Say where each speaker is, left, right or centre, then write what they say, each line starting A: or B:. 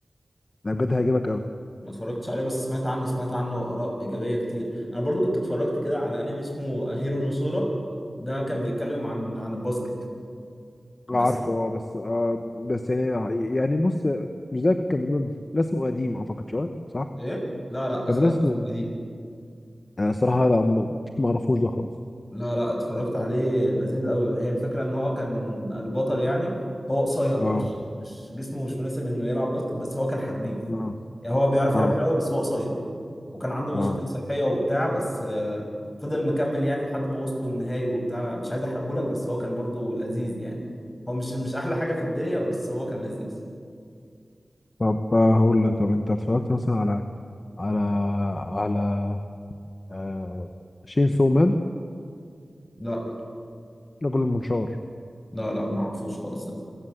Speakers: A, on the left; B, on the left.
A: لا بجد هيعجبك قوي
B: ما اتفرجتش عليه بس سمعت عنه سمعت عنه آراء إيجابية كتير أنا برضو كنت اتفرجت كده على أنمي اسمه هيرو نوسورا ده كان بيتكلم عن عن الباسكت بس
A: عارفه اه بس آه بس يعني يعني بص مش ده كان رسمه قديم اعتقد شويه صح؟
B: إيه لا لا
A: كان
B: أس-
A: رسمه
B: اسمه جديد
A: آه صراحه لا م- ما اعرفوش ده خالص
B: لا لا اتفرجت عليه لذيذ قوي هي الفكرة ان هو كان البطل يعني هو قصير
A: اه
B: مش مش جسمه مش مناسب انه يلعب باسكت بس هو كان حريف
A: اه
B: يعني هو بيعرف يلعب
A: اه
B: حلو قوي بس هو قصير وكان عنده
A: اه
B: مشاكل صحية وبتاع بس آه، فضل مكمل يعني لحد ما وصلوا للنهائي وبتاع مش عايز احرقه لك بس هو كان برضو لذيذ يعني هو مش مش احلى حاجة في الدنيا بس هو كان لذيذ
A: طب آه، هقول لك طب انت اتفرجت مثلا على على على آه شين سومان
B: لا
A: رجل المنشار
B: لا لا ما اعرفوش خالص ده